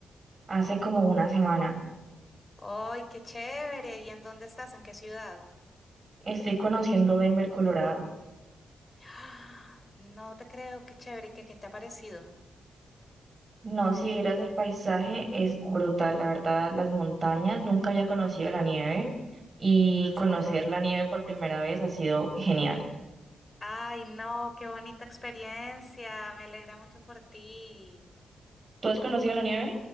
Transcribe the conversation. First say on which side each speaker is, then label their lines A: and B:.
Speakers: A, on the right (about 30°); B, on the left (about 25°).
A: hace como una semana.
B: ¡Ay, qué chévere! ¿Y en dónde estás? ¿En qué ciudad?
A: Estoy conociendo Denver, Colorado.
B: ¡Ah! No te creo, qué chévere. ¿Qué, qué te ha parecido?
A: No, si vieras el paisaje es brutal, la verdad, las montañas, nunca había conocido la nieve y
B: ¿En
A: conocer
B: serio?
A: la nieve por primera vez ha sido genial.
B: Ay, no, qué bonita experiencia. Me alegra mucho por ti.
A: ¿Tú has conocido la nieve?